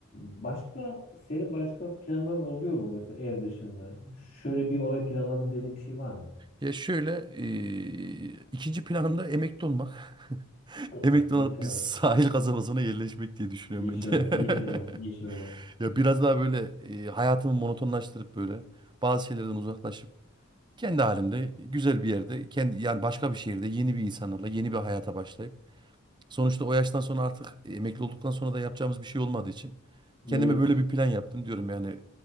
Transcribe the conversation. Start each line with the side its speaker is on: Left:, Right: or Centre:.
Left: Ee, başka senin başka planların oluyor mu mesela ev dışında? Şöyle bir olay planladım dediğin bir şey var mı?
Right: ya şöyle e, ikinci planımda emekli olmak. <laughs> Emekli
Left: Ha, inşallah.
Right: olup biz sahil kasabasına yerleşmek diye düşünüyorum
Left: İnşallah,
Right: bence.
Left: inşallah,
Right: <laughs>
Left: inşallah.
Right: Ya biraz daha böyle e, hayatımı monotonlaştırıp böyle bazı şeylerden uzaklaşıp Kendi halimde güzel bir yerde kendi yani başka bir şehirde yeni bir insanlarla yeni bir hayata başlayıp sonuçta o yaştan sonra artık emekli olduktan sonra da yapacağımız bir şey olmadığı için kendime
Left: Evet.
Right: böyle bir plan yaptım diyorum yani